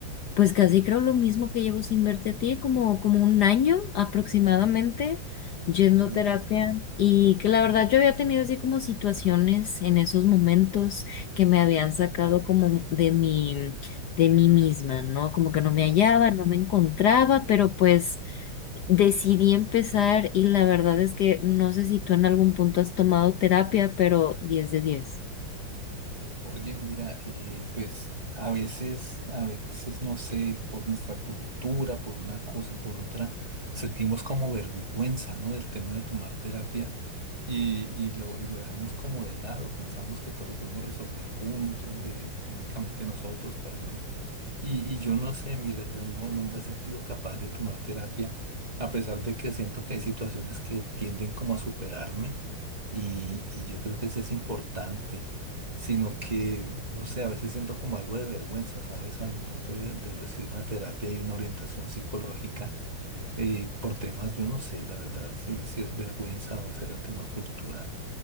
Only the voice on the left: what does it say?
Pues casi creo lo mismo que llevo sin verte a ti, como, como un año aproximadamente yendo
a terapia
y que la verdad yo había tenido así como situaciones en esos momentos que me habían sacado como de mi, de mí misma, ¿no? Como que no me hallaba,
no me encontraba, pero pues decidí empezar y la verdad es que no sé si tú en algún punto has tomado terapia, pero 10 de 10.